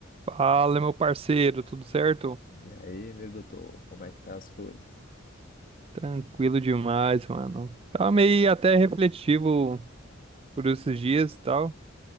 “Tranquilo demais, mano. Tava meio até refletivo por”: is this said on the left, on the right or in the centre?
Right